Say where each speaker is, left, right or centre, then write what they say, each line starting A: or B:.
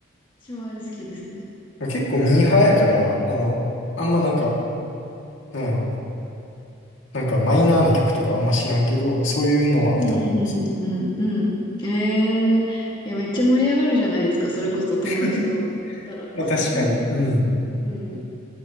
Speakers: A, on the left (about 20°); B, on the left (about 65°).
A: 私もあれ好きですね。
B: 結構ミーハーやから、あの、あんまなんか、なんやろ、なんかマイナーな曲とかあんま知らんけど、そういうのは歌ったんですよ。
A: うんうんうんうんうん。うんええーいや、めっちゃ盛り上がるじゃないですか。それこそ友達と行ったら。
B: <laughs> まあ確かに。
A: うん。
B: うん。
A: うん。